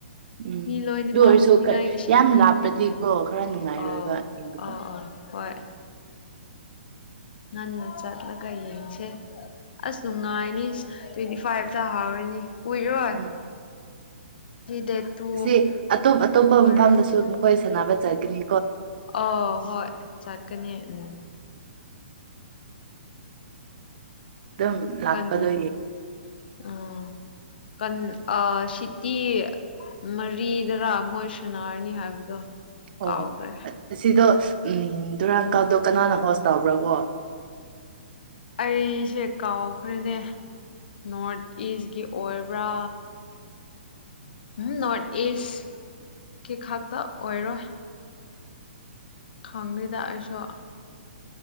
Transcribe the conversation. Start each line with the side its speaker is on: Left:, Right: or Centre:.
Right: ꯎꯝ
Left: ꯃꯤ ꯂꯣꯏꯅꯃꯛ
Right: ꯑꯗꯨ ꯑꯣꯏꯔꯁꯨ
Left: ꯎꯅꯤꯡꯉꯥꯏꯒꯤ ꯁꯦꯝꯕꯤꯕꯒꯤꯅꯦ
Right: ꯌꯥꯝ ꯂꯥꯞꯄꯗꯤꯀꯣ ꯈꯔ ꯅꯨꯡꯉꯥꯏꯔꯣꯏꯕ
Left: ꯑ
Right: ꯌꯦꯡꯕꯗꯣ
Left: ꯑꯥ ꯑꯥ ꯍꯣꯏ ꯅꯥꯟ ꯂꯖꯖꯥꯠ ꯂꯒꯥꯏ ꯌꯥꯁ ꯑꯁ ꯅꯨꯡꯉꯥꯏꯅꯤ ꯇ꯭ꯋꯦꯟꯇꯤ ꯐꯥꯏꯚꯇ ꯍꯥꯎꯔꯤꯅꯤ ꯀꯨꯏꯔꯣꯏ
Right: ꯎꯝ
Left: ꯗꯦꯠ ꯇꯨ
Right: ꯑꯁꯤ ꯑꯇꯣꯞ ꯑꯇꯣꯞꯄ
Left: ꯑꯣꯏꯔꯦ
Right: ꯃꯐꯝꯗꯁꯨ ꯃꯈꯣꯏ ꯁꯥꯟꯅꯕ ꯆꯠꯀꯅꯤ
Left: ꯑ ꯍꯣꯏ ꯆꯠꯀꯅꯤ ꯎꯝ
Right: ꯑꯗꯨꯝ ꯂꯄꯗꯣ
Left: ꯀꯟ ꯎꯝ ꯀꯟ ꯑ ꯁꯤꯇꯤ ꯃꯔꯤꯗꯔꯥ ꯃꯣꯏ ꯁꯅꯥꯔꯅꯤ ꯍꯥꯏꯕꯗꯣ
Right: ꯑꯣ
Left: ꯀꯥꯎꯈ꯭ꯔꯦ
Right: ꯁꯤꯗ ꯎꯝ ꯗꯨꯨꯔꯥꯡꯀꯥꯞꯗꯣ ꯀꯅꯥꯅ ꯍꯣꯁ ꯇꯕ꯭ꯔꯕꯣ
Left: ꯑꯩꯁꯦ ꯀꯥꯎꯈ꯭ꯔꯦꯅꯦ ꯅꯣꯔꯠ ꯏꯁꯀꯤ ꯑꯣꯏꯕ꯭ꯔꯥ ꯎꯝ ꯅꯣꯔꯠ ꯏꯁꯀꯤ ꯈꯥꯛꯇ ꯑꯣꯏꯔꯣꯏ ꯈꯪꯗꯦꯗ ꯑꯩꯁꯨ